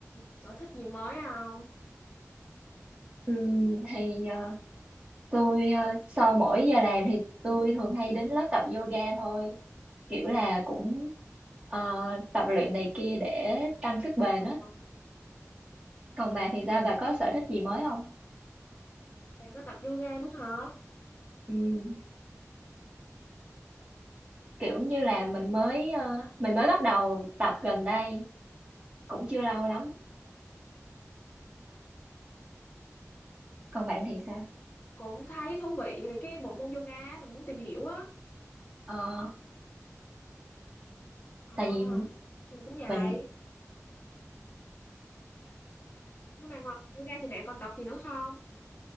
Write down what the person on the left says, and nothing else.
sở thích gì mới không?
Ồ,
bạn có tập yoga nữa hả?
Mình
cũng thấy thú vị về cái bộ môn yoga, mình muốn tìm hiểu á.
À,
mình cũng vậy.
Nhưng mà ngoài yoga thì bạn còn tập gì nữa không?